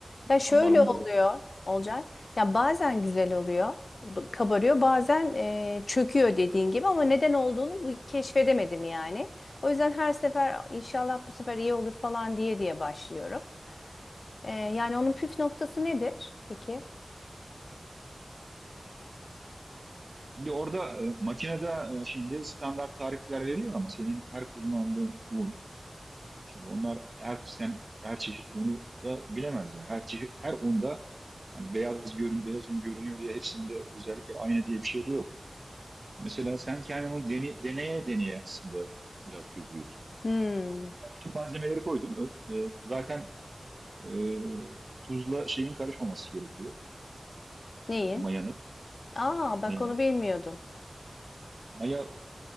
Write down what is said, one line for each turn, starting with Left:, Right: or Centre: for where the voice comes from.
Left: Ya şöyle
Right: kabarmayı
Left: oluyor olacak. Ya bazen güzel oluyor, b- kabarıyor, bazen e, çöküyor dediğin gibi ama neden olduğunu bu- keşfedemedim yani. O yüzden her sefer inşallah bu sefer iyi olur falan diye diye başlıyorum. E, yani onun püf noktası nedir peki?
Right: Şimdi orada e, makinede e, şimdi standart tarifler veriyor ama senin her kullandığın un, şimdi onlar her sen her çeşit unu da bilemezler. Her çeşit her unda hani beyaz görün beyaz un görünüyor diye hepsinde özellikle aynı diye bir şey de yok. Mesela sen kendin onu deni- deneye deneye aslında biraz çözüyorsun.
Left: Hmm,
Right: Bütün malzemeleri koydun. Ö- e, Zaten e, tuzla şeyin karışmaması gerekiyor.
Left: neyin?
Right: E, Mayanın.
Left: Aa bak
Right: Mayanın.
Left: onu bilmiyordum.
Right: Maya